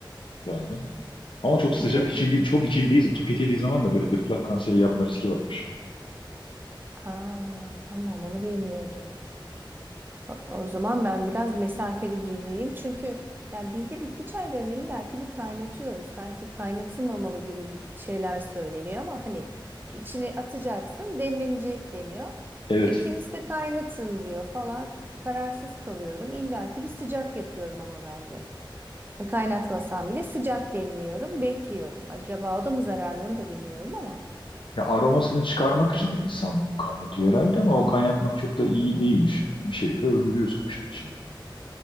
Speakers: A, on the left; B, on the right.
A: yaydı. Ama çok sıcak
B: Hı hı.
A: içildiği, çok içildiği, tüketildiği zaman da böyle gırtlak kanseri yapma riski varmış.
B: Aa, tamam onu bilmiyordum. O o zaman ben biraz mesafeli durayım. Çünkü yani biz de bitki çaylarını illaki bir kaynatıyoruz. Sanki kaynatılmamalı gibi bir şeyler söyleniyor ama hani içine atacaksın, demlenecek deniyor.
A: Evet.
B: E kimisi de kaynatın diyor falan. Kararsız kalıyorum. illaki bir sıcak yapıyorum ama ben de. Kaynatmasam bile sıcak demliyorum, bekliyorum. Acaba o da mı zararlı onu da bilmiyorum ama.
A: Ya aromasını çıkarmak için insanların kaynatıyor herhalde ama o kaynatmak çok da iyi değilmiş. Bir şeyleri öldürüyor sonuçta içinde.